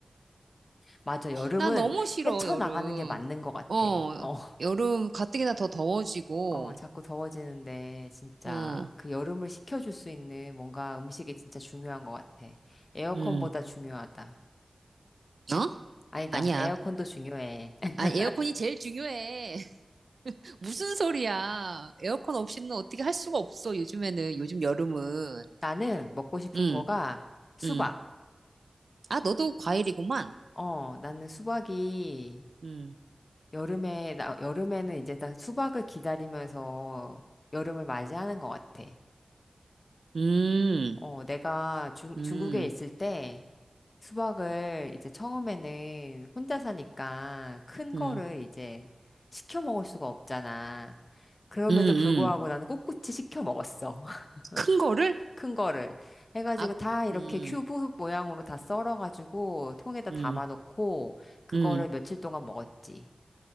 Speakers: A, on the left; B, on the right.
A: 맞아, 여름은
B: 나 너무 싫어,
A: 헤쳐나가는
B: 여름.
A: 게 맞는 것 같아.
B: 어,
A: <laughs> 어,
B: 여름 가뜩이나 더 더워지고,
A: 어, 자꾸 더워지는데 진짜
B: 어,
A: 그 여름을 식혀줄 수 있는 뭔가 음식이 진짜 중요한 것 같아. 에어컨보다
B: 음,
A: 중요하다.
B: 어?
A: 아니다,
B: 아니야.
A: 에어컨도 중요해. <laughs>
B: 아, 에어컨이 제일 중요해. <laughs> 무슨 소리야. 에어컨 없이는 어떻게 할 수가 없어, 요즘에는. 요즘 여름은.
A: 나는 먹고 싶은
B: 응,
A: 거가 수박.
B: 응. 아, 너도 과일이구만.
A: 어, 나는 수박이
B: 응,
A: 여름에, 나, 여름에는 이제 다 수박을 기다리면서 여름을 맞이하는 것 같아.
B: 음,
A: 어, 내가 중,
B: 음,
A: 중국에 있을 때 수박을 이제 처음에는 혼자 사니까 큰 거를
B: 음,
A: 이제 시켜 먹을 수가 없잖아. 그럼에도
B: 음,
A: 불구하고
B: 음.
A: 나는 꿋꿋이 시켜 먹었어. <laughs>
B: 큰 거를?
A: 큰 거를. 해가지고
B: 아,
A: 다 이렇게
B: 음,
A: 큐브 모양으로 다 썰어가지고 통에다 담아놓고
B: 음,
A: 그거를
B: 음.
A: 며칠 동안 먹었지.